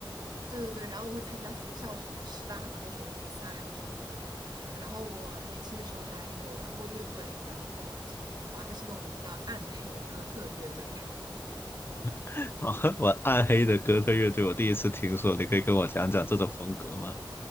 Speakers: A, on the right (about 55°); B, on the left (about 25°).
A: 对对对。然后我会参加学校什么十大歌手比赛啊什么的那种。然后我年轻的时候还有玩过乐队，然后我玩的是那种比较暗黑的哥特乐队。
B: <laughs> 好，我暗黑的哥特乐队，我第一次听说，你可以跟我讲讲这种风格吗？